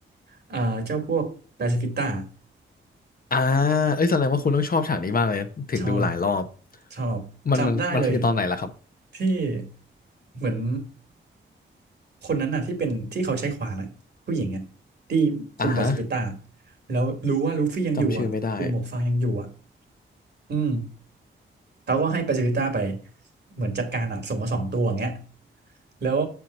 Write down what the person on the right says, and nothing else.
เอ่อเจ้าพวกปาซิฟิสต้า
ชอบชอบจำได้เลย
ที่เหมือน คนนั้นน่ะที่เป็นที่เขาใช้ขวานน่ะผู้หญิงอ่ะที่คุมปาซิฟิต้า
แล้วรู้ว่าลูฟี่ยังอยู่อ่ะกลุ่มหมวกฟางยังอยู่อ่ะ
อืมเขาก็ให้ปาซิฟิต้าไปเหมือนจัดการอ่ะส่งมาสองตัวอย่างเงี้ยแล้ว